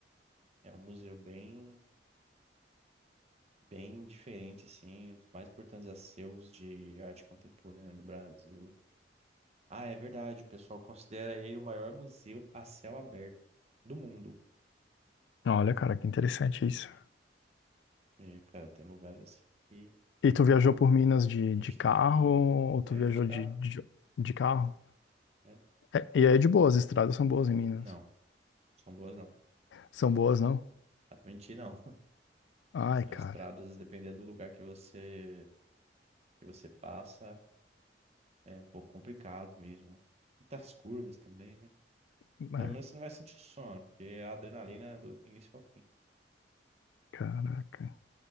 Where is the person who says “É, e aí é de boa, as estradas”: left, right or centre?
Left